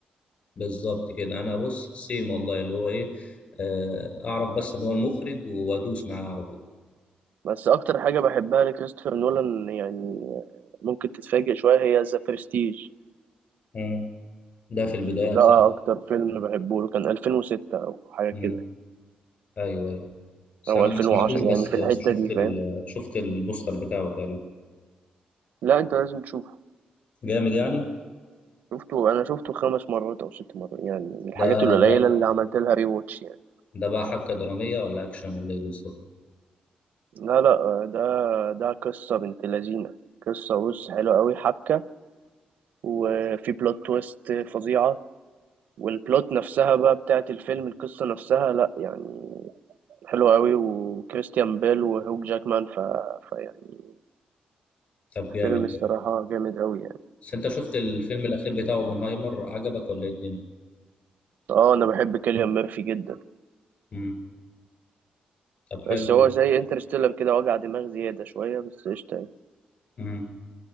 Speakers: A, on the left; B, on the right.
A: بالظبط كده انا بص سيم والله اللي هو ايه آه، اعرف بس ان هو المخرج وادوس معاه على طول
B: بس اكتر حاجه بحبها لكريستوفر نولان يعني ممكن تتفاجئ شويه هي ذا برستيج
A: مم. ده في البدايات
B: ده
A: صح
B: اكتر فيلم بحبه له كان 2006 او حاجه
A: مم.
B: كده يعني
A: ايوه ايوه بس
B: او
A: انا
B: 2010
A: ما سمعتوش بس
B: يعني في
A: بس
B: الحته
A: شفت
B: دي
A: ال...
B: فاهم
A: شفت البوستر بتاعه تقريبا
B: لا انت لازم تشوفه
A: جامد يعني
B: شفته انا شفته خمس مرات او ست مرات يعني من الحاجات
A: ده
B: القليله
A: ده
B: اللي عملت لها ري واتش يعني
A: ده بقى حبكه دراميه ولا اكشن ولا ايه بالظبط
B: لا لا ده ده قصه بنت لذينه قصه بص حلوه قوي حبكه وفي بلوت تويست فظيعه والبلوت نفسها بقى بتاعت الفيلم القصه نفسها لا يعني حلو قوي وكريستيان بيل وهوك جاكمان ف... فيعني
A: طب جامد
B: فيلم الصراحة
A: ده
B: جامد قوي يعني
A: بس انت شفت الفيلم الاخير بتاعه اوبنهايمر عجبك ولا ايه الدنيا
B: اه انا بحب كيليان ميرفي جدا
A: مم. طب
B: بس
A: حلو
B: هو
A: والله.
B: زي انترستيلر كده وجع دماغ زيادة شوية بس قشطة يعني.
A: مم.